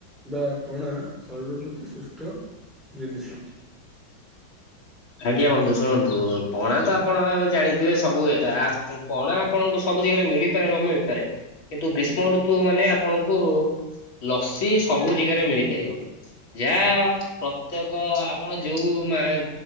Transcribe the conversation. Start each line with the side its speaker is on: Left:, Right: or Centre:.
Centre: ବା ପଣା ଶରୀର ପ୍ରତି ସୁସ୍ଥ ଜିନିଷ।
Left: ଆଜ୍ଞା ବନ୍ଧୁ ଶୁଣନ୍ତୁ, ପଣା ତ ଆପଣ ଜାଣିଥିବେ ସବୁ ଆ ପଣା ଆପଣଙ୍କୁ ସବୁ ଜାଗାରେ ମିଳିପାରେ ନ ମିଳିପାରେ। କିନ୍ତୁ ଗ୍ରୀଷ୍ମ ଋତୁ ମାନେ ଆପଣଙ୍କୁ ଲସି ସବୁ ଜାଗାରେ ମିଳିପାରିବ। ଯାହା ପ୍ରତ୍ୟେକ ଆପଣ ଯୋଉ ମା